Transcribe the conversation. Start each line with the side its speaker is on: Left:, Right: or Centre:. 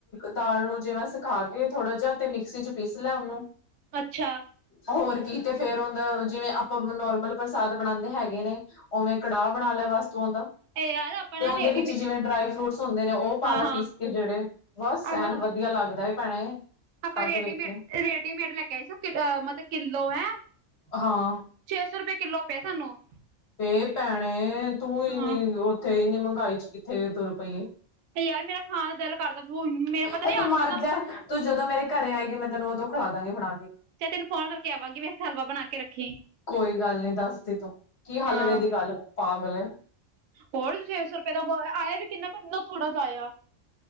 Left: ਦਾਲ ਨੂੰ ਜਿਵੇਂ ਸੁਖਾ ਕੇ ਇਹ ਥੋੜਾ ਜਿਹਾ ਤੇ ਮਿਕਸੀ ਚ ਪੀਸ ਲੈ ਉਹਨੂੰ
Right: ਅੱਛਾ
Left: ਹੋਰ ਕੀ ਤੇ ਫੇਰ ਹੁਨ ਜਿਵੇਂ ਆਪਾਂ ਨੋਰਮਲ ਪ੍ਰਸਾਦ ਬਣਾਉਂਦੇ ਹੈਗੇ ਨੇ ਉਵੇਂ ਕੜਾਹ ਬਣਾ ਲੈ ਬਸ ਤੂੰ ਉਂਦਾ
Right: ਏ ਯਾਰ
Left: ਤੇ
Right: ਨਾ
Left: ਉਹਦੇ
Right: ਰੇਡੀਮੇਡ
Left: ਵਿੱਚ ਜਿਵੇਂ ਡਰਾਈ ਫਰੂਟਸ ਹੁੰਦੇ ਨੇ ਉਹ ਪਾਲਾ
Right: ਹਾਂ ਹਾਂ
Left: ਪੀਸ ਕੇ ਜਿਹੜੇ ਬਸ
Right: ਆਹ
Left: ਐਨ ਵਧ ਵਧੀਆ ਲੱਗਦਾ ਏ ਭੈਣੇ
Right: ਆਪਾਂ
Left: ਖਾ
Right: ਰੇਡੀਮੇਡ
Left: ਕੇ ਵੇਖੀ
Right: ਰੇਡੀਮੇਡ ਲੈ ਕੇ ਆਏ ਸ ਕਿ ਮਤਲਬ ਕਿੱਲੋ ਹੈ
Left: ਹਾਂ
Right: ਛੇ ਸੌ ਰੁਪਏ ਕਿੱਲੋ ਪਏ ਸਾਨੂੰ
Left: ਤੇ ਭੈਣੇ ਤੂੰ ਇੰਨੀ
Right: ਹਾਂ
Left: ਉੱਥੇ ਇੰਨੀ ਮਹਿੰਗਾਈ ਚ ਕਿੱਥੇ ਤੁਰ ਪਈ।
Right: ਤੇ ਯਾਰ ਮੇਰਾ ਖਾਣ ਦਾ ਦਿਲ ਕਰਦਾ ਮੇਰਾ ਪਤਾ
Left: ਇਹ
Right: ਨੀ
Left: ਤੂੰ
Right: ਅੱਜ
Left: ਮਰ
Right: ਇਨਾ
Left: ਜਾ ਤੂੰ ਜਦੋਂ ਮੇਰੇ ਘਰੇ ਆਏਗੀ ਮੈਂ ਤੈਨੂੰ ਉਦੋਂ ਖਲਾ ਦਾਂਗੀ ਬਣਾ ਕੇ
Right: ਚਲ ਤੈਨੂੰ ਫੋਨ ਕਰਕੇ ਆਵਾਂਗੀ ਮੈਂ ਇਕ ਹਲਵਾ ਬਣਾ ਕੇ ਰੱਖੀ
Left: ਕੋਈ ਗੱਲ ਨੀ ਦੱਸਦੀ ਤੂੰ ਕੀ ਹਲਵੇ
Right: ਹਾਂ
Left: ਦੀ ਗੱਲ ਪਾਗਲ
Right: ਹੋਰ ਛੇ ਸੌ ਰੁਪਏ ਦਾ ਬ ਆਇਆ ਵੀ ਕਿੰਨਾ ਕੁੰ ਥੋੜ੍ਹਾ ਜਿਆ ਆਇਆ